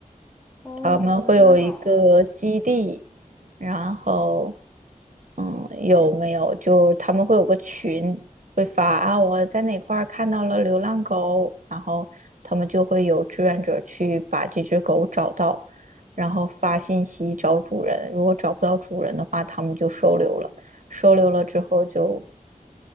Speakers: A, on the left; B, on the right.
A: 哦，
B: 他们会有一个基地，
A: 真好。
B: 然后，嗯，有没有？就他们会有个群，会发啊，我在哪块儿看到了流浪狗，然后他们就会有志愿者去把这只狗找到，然后发信息找主人，如果找不到主人的话，他们就收留了，收留了之后就